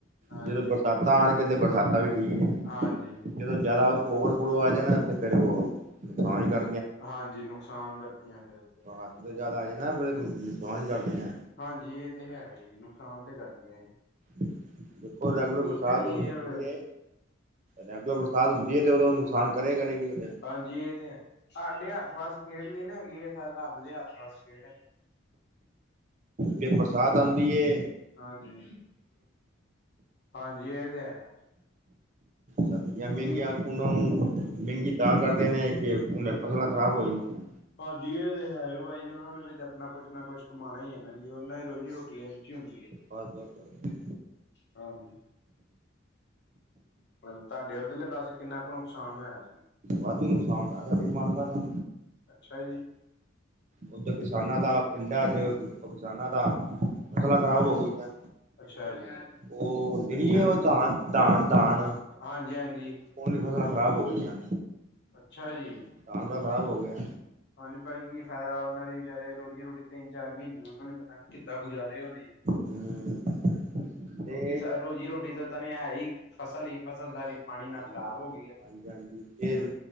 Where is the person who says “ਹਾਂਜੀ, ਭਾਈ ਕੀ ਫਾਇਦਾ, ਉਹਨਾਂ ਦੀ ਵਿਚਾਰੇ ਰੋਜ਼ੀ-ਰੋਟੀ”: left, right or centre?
Left